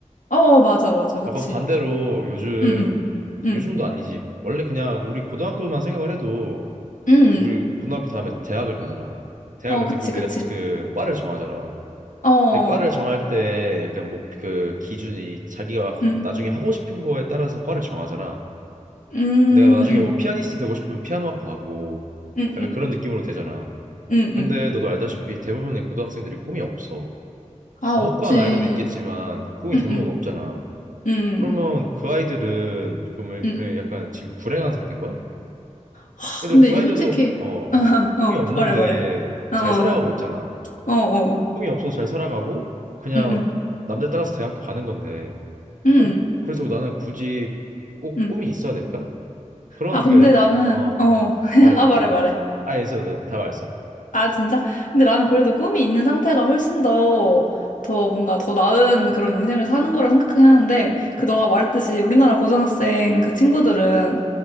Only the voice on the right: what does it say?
약간 반대로 요즘
요즘도 아니지. 원래 그냥 우리 고등학교만 생각을 해도
우리 고등학교 다음에 대학을 가잖아. 대학
갈때
우리가
그 과를 정하잖아.
근데 과를
정할 때 약간 목 그 기준이 자기가
나중에 하고 싶은 거에 따라서 과를 정하잖아.
내가 나중에 뭐 피아니스트 되고 싶으면 피아노학과 가고
약간
그런 느낌으로 되잖아.
근데
너도 알다시피 대부분의 고등학생들이 꿈이 없어.
뭐
확고한 아이들도 있겠지만 꿈이
대부분
없잖아.
그러면 그 아이들은 그러면
그 약간 지금 불행한 상태인 거야?
그래도
그
아이들도
어
꿈이
없는데
잘
살아가고 있잖아.
꿈이 없어서 잘 살아가고 그냥
남들 따라서 대학교 가는 건데
꼭 그래서 나는 굳이 꼭
꿈이 있어야 될까? 그런
게
어, 어
말해 말해
봐.
아 있어 다 말했어.